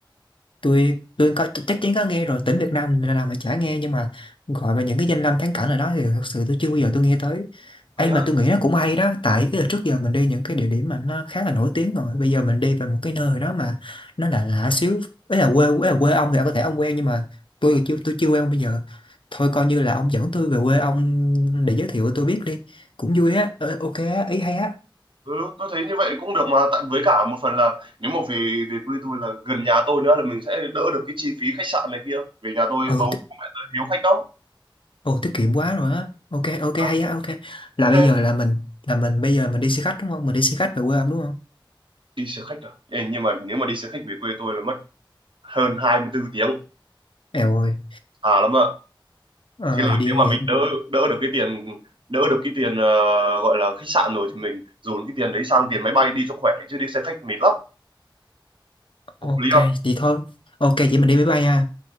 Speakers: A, on the left; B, on the right.
A: tôi tôi có chắc chắn có nghe rồi tỉnh Việt Nam nào mà chả nghe nhưng mà gọi về những cái danh lam thắng cảnh ở đó thì thật sự tôi chưa bao giờ tôi nghe tới
B: vậy
A: ấy mà tôi nghĩ nó cũng hay đó tại cái trước giờ mình đi những cái địa điểm mà nó khá là nổi tiếng rồi bây giờ mình đi về một cái nơi đó mà nó là lạ xíu ấy là quê ấy là quê ông thì có thể ông quen nhưng mà tôi chưa tôi chưa quen bây giờ thôi coi như là ông dẫn tôi về quê ông để giới thiệu tôi biết đi cũng vui á Ờ, ok á ý hay á
B: Ừ, tôi thấy như vậy cũng được mà tại với cả một phần là nếu mà về về quê tôi là gần nhà tôi nữa là mình sẽ đỡ được cái chi phí khách sạn này kia về nhà tôi
A: ừ
B: bầu bố mẹ tôi hiếu khách lắm
A: Ồ tiết kiệm quá rồi á. Ok ok hay
B: Đó,
A: á ok. Là bây
B: thế
A: giờ là mình là mình bây giờ mình đi xe khách đúng không? Mình đi xe khách về quê ông đúng không?
B: đi xe khách à Ê, nhưng mà nếu mà đi xe khách về quê tôi là mất hơn 24 tiếng
A: Eo ơi.
B: à lắm ạ
A: Ờ
B: thế là
A: vậy đi
B: nếu mà
A: vậy.
B: mình đỡ đỡ được cái tiền đỡ được cái tiền ờ, gọi là khách sạn rồi thì mình dồn cái tiền đấy sang tiền máy bay đi cho khỏe chứ đi xe khách mệt lắm
A: Ok
B: hợp lý
A: vậy thôi. Ok chị mình đi máy bay ha.